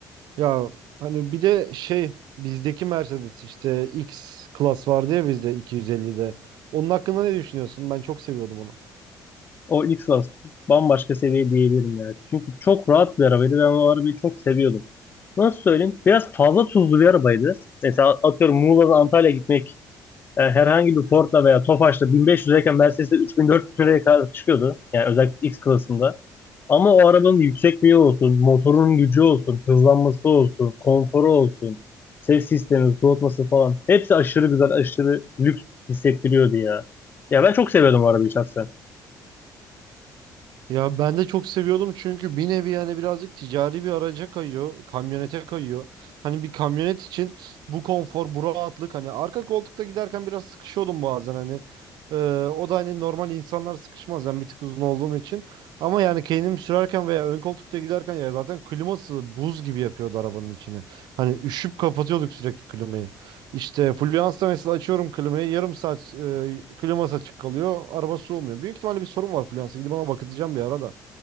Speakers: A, on the right; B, on the left.
A: Ya hani bir de şey bizdeki Mercedes işte X klas vardı ya bizde 250'de. Onun hakkında ne düşünüyorsun? Ben çok seviyordum onu.
B: O X-Class bambaşka seviye diyebilirim yani. Çünkü çok rahat bir arabaydı. Ben o arabayı çok seviyordum. nasıl söyleyeyim? Biraz fazla tuzlu bir arabaydı. Mesela atıyorum Muğla'dan Antalya'ya gitmek e, herhangi bir Ford'la veya Tofaş'la 1500 lirayken Mercedes'te 3000-4000 liraya kadar çıkıyordu. Yani özellikle X klasında. Ama o arabanın yüksekliği olsun, motorun gücü olsun, hızlanması olsun, konforu olsun, ses sistemi, soğutması falan. Hepsi aşırı güzel, aşırı lüks hissettiriyordu ya. Ya ben çok seviyordum o arabayı şahsen.
A: Ya ben de çok seviyordum çünkü bir nevi yani birazcık ticari bir araca kayıyor, kamyonete kayıyor. Hani bir kamyonet için bu konfor, bu rahatlık hani arka koltukta giderken biraz sıkışıyordum bazen hani. Ee, o da hani normal insanlar sıkışmaz ben bir tık uzun olduğum için. Ama yani kendim sürerken veya ön koltukta giderken ya zaten kliması buz gibi yapıyordu arabanın içini. Hani üşüp kapatıyorduk sürekli klimayı. İşte Fluence'da mesela açıyorum klimayı yarım saat e, kliması açık kalıyor. Araba soğumuyor. Büyük ihtimalle bir sorun var Fluence'da. Gidip ona bakacağım bir ara da.